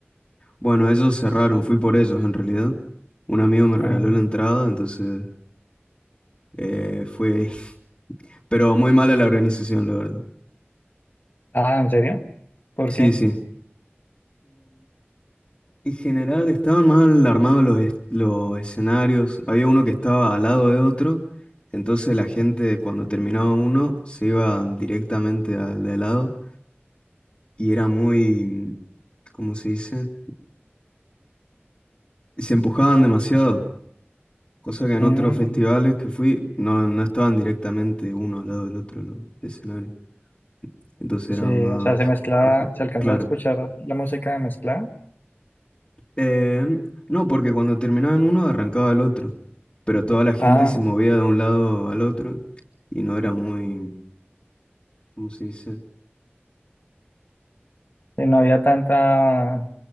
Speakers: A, on the left; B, on the left.
A: Bueno, ellos cerraron, fui por ellos en realidad. Un amigo me regaló
B: Ah,
A: la entrada, entonces eh, fui ahí. <laughs> Pero muy mala la organización, la verdad.
B: ah, ¿en serio? ¿Por
A: Sí,
B: qué?
A: sí. En general estaban mal armados los, es- los escenarios, había uno que estaba al lado de otro, entonces la gente cuando terminaba uno se iba directamente al de al lado y era muy, ¿cómo se dice? Se empujaban demasiado, cosa que en
B: Mm,
A: otros festivales que fui no, no estaban directamente uno al lado del otro los escenarios, entonces era
B: sí,
A: más
B: o sea, se mezclaba,
A: mejor,
B: se alcanzaba
A: claro.
B: a escuchar la música mezclada.
A: Eh, no, porque cuando terminaban uno arrancaba el otro, pero toda la gente
B: Ah,
A: se movía de un lado al otro y no era muy, ¿cómo se dice?
B: sí, no había tanta